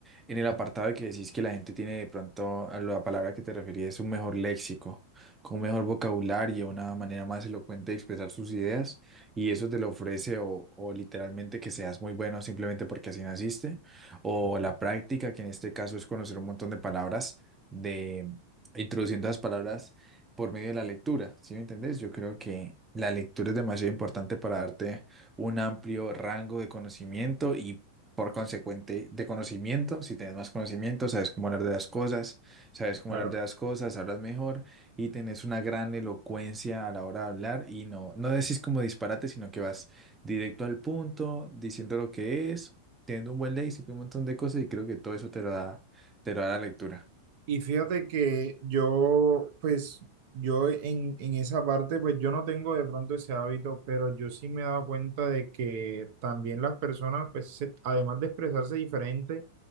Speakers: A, on the right; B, on the right.
A: en el apartado de que decís que la gente tiene de pronto a la palabra que te referías un mejor léxico, con un mejor vocabulario, una manera más elocuente de expresar sus ideas y eso te lo ofrece o, o literalmente que seas muy bueno simplemente porque así naciste o la práctica que en este caso es conocer un montón de palabras de introduciendo las palabras por medio de la lectura, ¿sí me entendés? Yo creo que la lectura es demasiado importante para darte un amplio rango de conocimiento y por consecuente de conocimiento. Si tienes más conocimiento, sabes cómo hablar de las cosas, sabes cómo
B: Claro.
A: hablar de las cosas, hablas mejor y tenés una gran elocuencia a la hora de hablar y no, no decís como disparate, sino que vas directo al punto, diciendo lo que es, teniendo un buen léxico y un montón de cosas y creo que todo eso te lo da, te lo da la lectura.
B: Y fíjate que yo, pues, yo en, en esa parte, pues yo no tengo de pronto ese hábito, pero yo sí me he dado cuenta de que también las personas, pues, se- además de expresarse diferente,